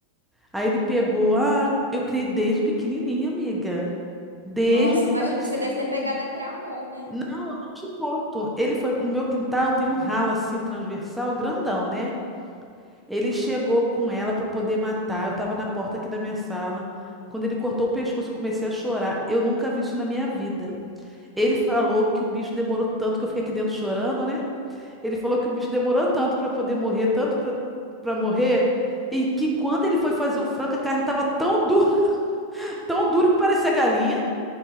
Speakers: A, in the centre; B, on the right.
A: Aí ele pegou, ah, eu criei desde pequenininha, amiga. Desde
B: Nossa,
A: filhotinho.
B: imagino que você deve ter pegado até amor, né?
A: Não, eu não te conto. Ele foi no meu quintal, tem um ralo assim transversal, grandão, né? Ele chegou com ela para poder matar. Eu tava na porta aqui da minha sala. Quando ele cortou o pescoço, eu comecei a chorar. Eu nunca vi isso na minha vida. Ele falou que o bicho demorou tanto que eu fiquei aqui dentro chorando, né? Ele falou que o bicho demorou tanto pra poder morrer, tanto pra para morrer, e que quando ele foi fazer o frango, a carne tava tão dura, <laughs> tão dura que parecia galinha.